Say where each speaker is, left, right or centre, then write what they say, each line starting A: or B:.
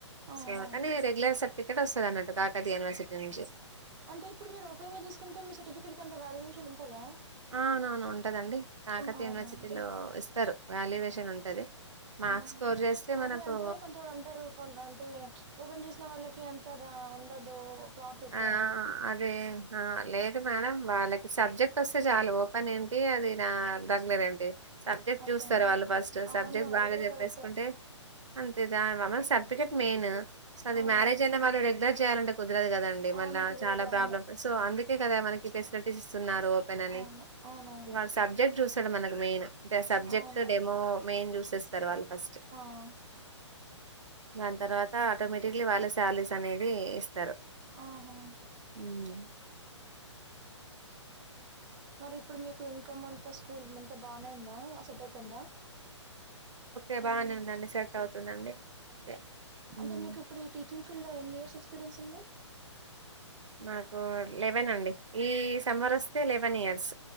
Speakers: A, on the right (about 15°); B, on the right (about 75°).
A: ఆ
B: సో
A: ఆ
B: కానీ రె టికెట్ వస్తది అన్నట్టు కాకతీయ యూనివర్సిటీ నుంచి
A: అంటే ఇప్పుడు మీరు ఓపెన్ గా చేసుకుంటే మీ సర్టిఫికేట్ కంత వ్యాల్యువేషన్ ఉంటుందా
B: ఆ అవునవును ఉంటదండి కాకతి
A: అవునా
B: యూనివర్సిటీలో ఇస్తారు వాల్యూవేషన్ ఉంటది మార్క్స్
A: ఆ
B: స్కోర్ చేస్తే మనకు
A: అదే అంటే కొంతమంది అంటారు కొ అంటే ఓపెన్ చేసిన వాళ్ళకి అ తగా ఉండదు ప్రాఫిట్
B: ఆ అదే ఆ లేదు మేడం వాళ్ళకి సబ్జెక్ట్ వస్తే చాలా ఓపెన్ ఏంటి అది ఆ దాన్ మీద ఏంటి సబ్జెక్ట్
A: అంతేనా
B: చూస్తారు వాళ్ళు ఫస్ట్ సబ్జెక్ట్
A: అవును అది
B: బాగా
A: కూడా
B: చెప్పేసుకుంటే
A: కరెక్టే
B: అంతే దాన్మమ సర్టిఫికెట్ మెయిన్ సో అది
A: అవును
B: మ్యారేజ్ అయిన వాళ్ళు రెగ్యులర్ చేయాలంటే కుదరదు కదండి ఏమన
A: అవును కుదరదు
B: చాలా ప్రాబ్లమ్
A: అవును
B: సో అందుకే కదా మనకి ఫెసిలిటీస్ ఇస్తున్నారు ఓపెన్ అని
A: అవును అవునవును
B: వాడు సబ్జెక్ట్ చూసాడు మనకు మెయిన్ అంటే ఆ సబ్జెక్ట్
A: అవును
B: డెమో మెయిన్ చూసేస్తారు వాళ్ళు ఫస్ట్
A: ఒ
B: దాని తర్వాత ఆటోమేటిక్లీ వాళ్ళ శాలరీస్ అనేది ఇస్తారు
A: ఆహా
B: మ్మ్
A: మరి ఇప్పుడు మీర్ ఇన్కమ్ అంతా స్కూల్ అంతా బాగానే ఉందా అసెట్టు అయితందా
B: ఎ బానే ఉందండి సెట్ అవుతుందండి ఓకే. హ్మ్
A: అంటే మీకు ఇప్పుడు ఈ టీచింగ్ ఫీల్డ్ లో ఎన్ని ఇయర్స్ ఎక్స్పీరియన్స్ ఉంది
B: మాకు లేవెన అండి ఈ సెమ్మర్ వస్తే లెవెన్ ఇయర్స్